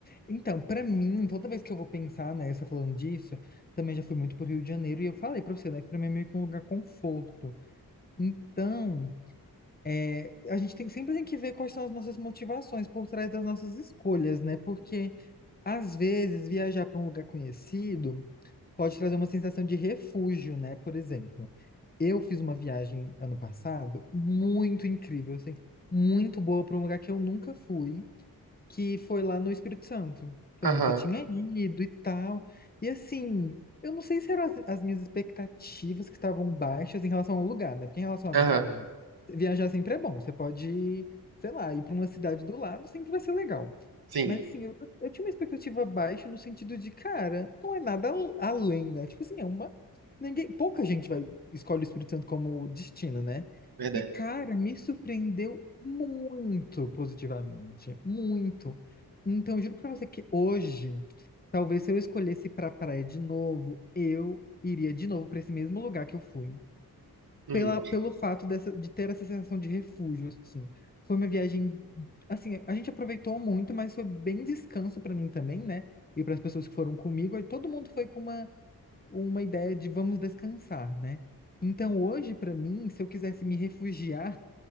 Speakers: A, on the left (about 25°); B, on the right (about 75°).
A: Então, pra mim, toda vez que eu vou pensar, né, você falando disso, também já fui muito pro Rio de Janeiro e eu falei pra você, né, que pra mim é meio que um lugar conforto. Então, é, a gente tem, sempre tem que ver quais são as nossas motivações por trás das nossas escolhas, né? Porque, às vezes, viajar para um lugar conhecido pode trazer uma sensação de refúgio, né? Por exemplo, eu fiz uma viagem ano passado muito incrível, assim, muito boa para um lugar que eu nunca fui que foi lá no Espírito Santo, que
B: Aham,
A: eu nunca tinha ido e tal. E assim, eu não sei se eram as, as minhas expectativas que estavam baixas em relação ao lugar, né? Porque em relação à
B: aham,
A: viagem, viajar sempre é bom. Você pode, sei lá, ir para uma cidade do lado, sempre vai ser legal.
B: sim,
A: Mas assim, eu, eu tinha uma expectativa baixa no sentido de, cara, não é nada al- além, né? Tipo assim, é uma. Ninguém, pouca gente vai escolhe o Espírito Santo como destino, né?
B: verdade.
A: E, cara, me surpreendeu muito positivamente. Muito. Então, eu juro pra você que hoje, talvez se eu escolhesse ir pra praia de novo, eu iria de novo pra esse mesmo lugar que eu fui
B: Uhum.
A: pela, pelo fato dessa, de ter essa sensação de refúgio, assim. Foi uma viagem, assim, a gente aproveitou muito, mas foi bem descanso para mim também, né? E para as pessoas que foram comigo, aí todo mundo foi com uma, uma ideia de vamos descansar, né? Então hoje, para mim, se eu quisesse me refugiar